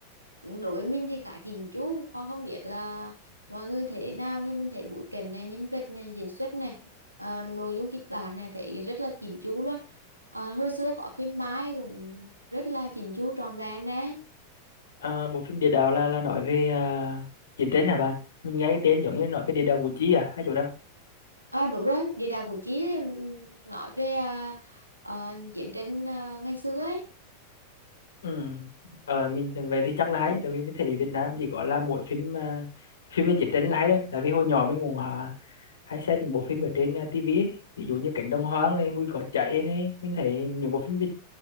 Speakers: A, on the right; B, on the left.
A: đối với mình thì khá chỉnh chu. Con không biết là mọi người thấy thế nào nhưng mình thấy bối cảnh này, nhân vật này, diễn xuất này, ờ, nội dung kịch bản này thấy rất là chỉnh chu luôn. Ờ, hồi xưa có phim Mai cũng rất là chỉnh chu trọn vẹn đấy.
B: à, bộ phim địa đạo là là nói về à, chiến tranh hả bạn mình nghe cái tên giống như nói về địa đạo Củ Chi à hay chỗ nào
A: À, đúng rồi, Địa Đạo Củ Chi đấy, ừ, nói về ờ, ờ, chiến tranh ờ, ngày xưa ấy.
B: ừ. ờ, mình về thì chắc là hay tại vì mình thấy Việt Nam chỉ gọi là mỗi phim à, phim về chiến tranh là hay thôi tại vì hồi nhỏ mình cũng à, hay xem những bộ phim ở trên à, TV ấy. ví dụ như Cánh Đồng Hoang này Mùi Cỏ Cháy này mình thấy những bộ phim Việt